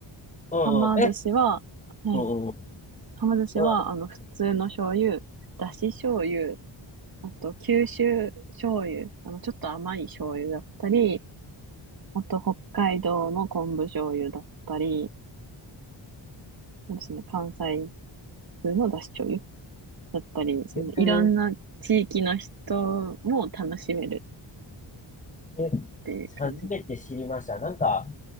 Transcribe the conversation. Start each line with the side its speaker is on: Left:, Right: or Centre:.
Left: うんうん。
Right: はま寿司は、
Left: え、
Right: はい。
Left: うんうんうん。
Right: はま寿司は、
Left: うん。
Right: あの、普通の醤油、だし醤油、あと、九州醤油、あの、ちょっと甘い醤油だったり、あと、北海道の昆布醤油だったり、そうですね、関西風のだし醤油だったり、そのいろんな地域の人も楽しめる
Left: へええ、
Right: っていう感じで。
Left: 初めて知りました。なんか、